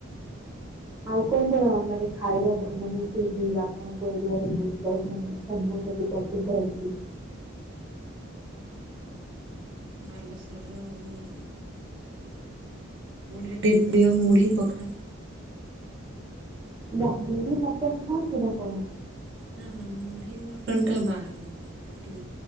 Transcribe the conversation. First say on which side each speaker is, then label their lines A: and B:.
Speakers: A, on the right; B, on the right.
A: ଆଉ କଣ କଣ ମାନେ ଖାଇବା ମାନେ ସେଠି ଆପଣଙ୍କ ଏରିଆରେ ବହୁତ ମାନେ ସମ କିଛି ପ୍ରସିଦ୍ଧ ଅଛି।
B: ବାଲେଶ୍ଵର ର ମୁଢି ମୋର ଯେତିକି ପ୍ରିୟ ମୁଢି ପଖାଳ।
A: ମୁଢି ମଟନ ଖାଆନ୍ତି ନା କଣ?
B: ନା-ନା ମୁଢି ମଟନଟା ବାଇ